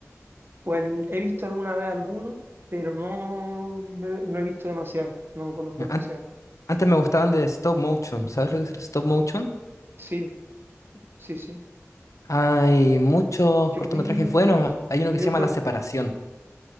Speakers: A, on the right; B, on the left.
A: Pues he visto alguna vez alguno, pero no, no, he no he visto demasiado, no conozco
B: An-
A: demasiado.
B: Antes me gustaban de stop motion. ¿Sabes lo que es el stop motion?
A: Sí, sí, sí.
B: Hay muchos
A: Yo
B: cortometrajes
A: vi,
B: buenos.
A: yo,
B: Hay uno
A: yo
B: que
A: vi
B: se
A: un
B: llama
A: cor-
B: La Separación.